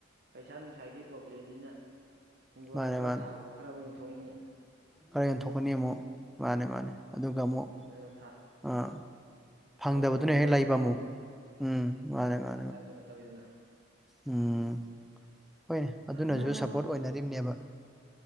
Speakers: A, on the right (about 55°); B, in the centre.
A: ꯄꯩꯁꯥ ꯅꯨꯡꯁꯥꯒꯤ ꯄ꯭ꯔꯣꯕ꯭ꯂꯦꯝꯅꯤꯅ ꯍꯤꯡꯈꯣꯜꯗ
B: ꯃꯥꯅꯦ
A: ꯈꯔ
B: ꯃꯥꯅꯦ
A: ꯊꯥꯕꯗꯣ ꯈꯔꯛ ꯌꯦꯟꯊꯣꯛꯅꯤ
B: ꯈꯔ ꯌꯦꯟꯊꯣꯛꯀꯅꯤ ꯑꯃꯨꯛ ꯃꯥꯅꯦ ꯃꯥꯅꯦ ꯑꯗꯨꯒ ꯑꯃꯨꯛ
A: ꯑꯗꯨꯅ
B: ꯑꯥ ꯐꯪꯗꯕꯗꯨꯅ
A: ꯊꯥꯎ ꯊꯨꯝꯗ
B: ꯍꯦꯛ ꯂꯩꯕ ꯑꯃꯨꯛ ꯎꯝ ꯃꯥꯅꯦ ꯃꯥꯅꯤ
A: ꯆꯇꯪ ꯀ ꯅꯠꯇꯧꯗꯅ
B: ꯎꯝ ꯍꯣꯏꯅꯦ ꯑꯗꯨꯅꯁꯨ
A: ꯎꯝ
B: ꯁꯞꯄꯣꯔꯠ ꯑꯣꯏꯅꯔꯤꯕꯅꯦꯕ